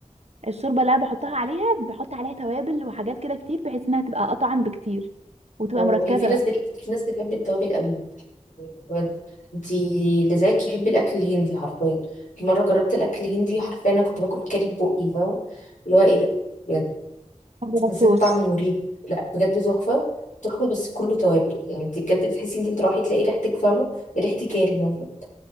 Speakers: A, on the right; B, on the left.
A: الشوربه اللي انا بحطها عليها بحط عليها توابل وحاجات كده كتير بحيث انها تبقى اطعم بكتير وتبقى
B: اه
A: مركزه
B: هي في ناس
A: بقى
B: بت... في ناس بتحب التوابل قوي بجد انتي اللي زيك يحب الاكل الهندي حرفيا في مره جربت الاكل الهندي حرفيا انا كنت باكل كاري ببقي فاهمه اللي هو ايه ده بجد
A: ما جربتوش
B: حسيت طعمه مريب لا بجد تحفه تحفه بس كله توابل يعني انت بجد بتحسي انت بتروحي تلاقي ريحتك فاهمه ريحه كاري مثلا